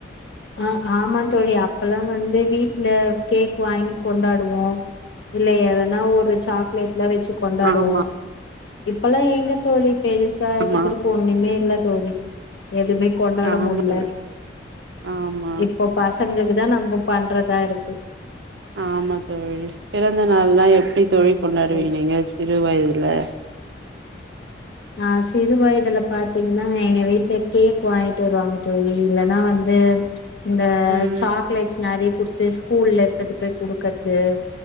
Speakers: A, on the left; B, on the right.
A: ஆ ஆமா தோழி அப்பல்லா வந்து வீட்ல கேக் வாங் கொண்டாடுவோ இல்ல எதனா ஒரு சாக்லேட் எல்லா வெச்சி கொண்டாடுவோ
B: ஆமா
A: இப்பல்லா எங்க தோழி பெருசாயிட்ட
B: ஆமா
A: பிறகு ஒன்னுமே இல்லத் தோழி எதுமே கொண்டாட
B: ஆமா
A: முட்ல
B: தோழி ஆமா
A: இப்போ பசங்ளுக்கு தா நம்ப பண்றதா இருக்கு
B: ஆமா தோழி பிறந்த நாள்லா எப்டி தோழி
A: ம்
B: கொண்டாடுவீங்க
A: தோழி
B: நீங்க சிறு வயது ல
A: ஆ சிறு வயதுல பாத் தீங்னா எங்க வீட்ல கேக் வாங்கிட்டு வருவாங்க தோழி இல்லனா வந்து இந்த
B: ம்
A: சாக்லேட்ஸ் நறைய குடுத்து ஸ்கூல்ல எடுத்துட்டு போய் குடுக்கத்து